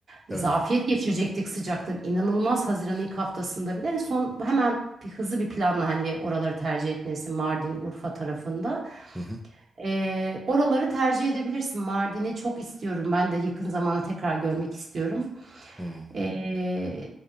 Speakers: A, on the right (about 55°); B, on the left (about 15°).
A: Zafiyet
B: Evet.
A: geçirecektik sıcaktan. İnanılmaz Haziran'ın ilk haftasında bile. Son hemen bir hızlı bir planla hani oraları tercih etmesi Mardin, Urfa tarafında.
B: Hı hı.
A: Ee, oraları tercih edebilirsin. Mardin'i çok istiyorum. Ben de yakın zamanda tekrar görmek istiyorum.
B: Hı.
A: Ee,